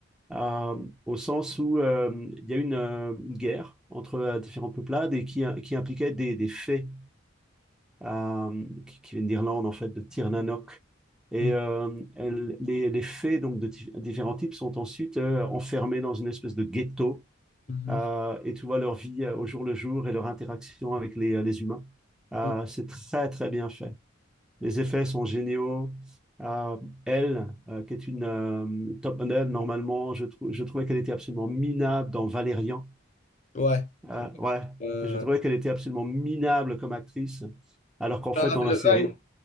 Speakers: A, in the centre; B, on the left.
A: euh, au sens où euh, il y a eu une, euh, une guerre entre euh, différentes peuplades et qui, euh, qui impliquait des, des fées euh, qui, qui viennent d'Irlande, en fait, de Tirnanock. Et
B: Mhm.
A: euh, elles- les, les fées donc, de dif- différents types sont ensuite euh, enfermées dans une espèce de ghetto
B: Mhm.
A: euh, et tu vois leur vie euh, au jour le jour et leur interaction avec les, euh, les humains. Euh,
B: Mhm.
A: c'est très, très bien fait. Les effets sont géniaux. Euh, elle, euh, qui est une euh, top model, normalement, je, trou- je trouvais qu'elle était absolument minable dans Valérian.
B: Ouais.
A: Euh, ouais,
B: Euh,
A: je trouvais qu'elle était absolument minable comme actrice, alors qu'en
B: Sarah
A: fait, dans
B: Delevingne.
A: la série,